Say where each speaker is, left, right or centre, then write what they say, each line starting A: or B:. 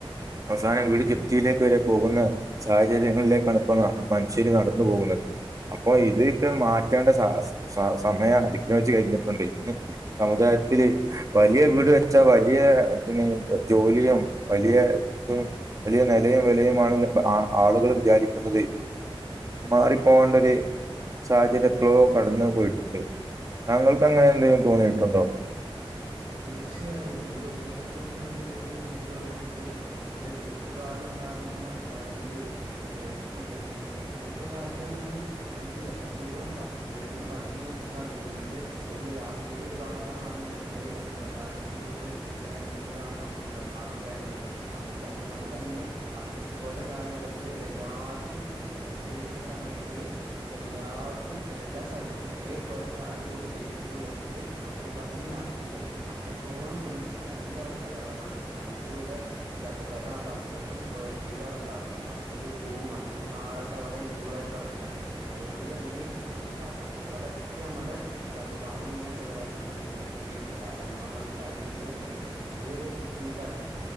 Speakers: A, on the right; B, on the right.
A: അവസാന വീട് ജെപ് യിലേക്ക് വരെ പോകുന്ന സാഹചര്യങ്ങളിലേക്കാണ് ഇപ്പൊ ന്ന മനുഷ്യര് നടന്നു പോകുന്നത്. അപ്പൊ ഇത്ക്കെ മാറ്റേണ്ട സ സ സമയം അതിക്ക്രമിച്ചു കഴിഞ്ഞിട്ടുണ്ട് ഇന്ന് സമുദായ ത്തില് വലിയ വീട് വച്ചാ വലിയ പിന്നെ ജോലിയും വലിയാ തും നെലയും വിലയുമാണെന്ന് ആ ആളുകള് വിചാരിക്കുന്നത് മാറിപ്പോവണ്ടൊര് സാഹചര്യപ്പളോ കടന്ന് പോയിട്ട്ണ്ട്. താങ്കൾക്കങ്ങനെ എന്തേ തോന്നിയിട്ടുണ്ടോ?
B: തീർച്ചയായും ഒരു ഒന്നര കോടി രണ്ട് കോടിടെ വീട് വെക്കുമ്പൊ അതിന്റെ ചുറ്റുപാടും ണ്ടാകുന്ന കരന്റ് ഏഹ് ഞമക്ക് ഇ ഇപ്പത്തെ കാലത്ത്റഞ്ഞാല് ഞമക്ക് എത്ര ത്തോളം ഭം വീടിന് ഭംഗിയാക്കാൻ സാധിക്കുന്നു അയല്ലെ ഒരു രാത്രിയിലൊരു ഭാഗമാണ് നമ്മുടെ ഏഹ് പ്രകാശങ്ങൾ കൊണ്ട് ഏഹ് നല്ലവണ്ണം ന്ത ആക്കുക എന്നുള്ളത്. അതിന്റെ അതുകൊണ്ട് തന്നെ നമ്ക്ക് ഇപ്പത്തെ കാലഘട്ടത്തില് എല്ലാട്ത്തും എന്താ കുടിരിക്ക്ണ സമയത്ത് നമുക്കെല്ലാവ ക്കും എല്ലാ സ്ഥലത്തും ഒരേ പോല്ത്തെ അടിപൊളി ലൈയറ്റുകൾ വച്ചിട്ട് അത് ഭംഗിയാക്കുമ്പൊ അത്രത്തോളം നമക്ക് കരന്റവ്ടെ ചെലവവാണ്. ഇപ്പൊ രണ്ട് കോട് ടെ എന്താപൊ പെരാവുമ്പോ അത്രക്കും സ്കൊയ ഫീറ്റവ്ടെണ്ടാവും. അത്രക്കും റൂമും അത്രക്കും ഹാളൊക്കെ അവ്ടെ ഇൻക്ലൂഡായി കടക്കാണ് അതുകൊണ്ട് തന്നെ നമുക്ക് അ അ അവിടൊക്കെ നമ്മളെ എന്താപൊ പണങ്ങനെ ചെലവായിക്കൊണ്ടിരിക്കാണ്. ഈ ഒ ഒന്നാമതെ കറന്റ് ബില്ല് തന്നെ വലേര് ബുദ്ധിമുട്ടാണ്.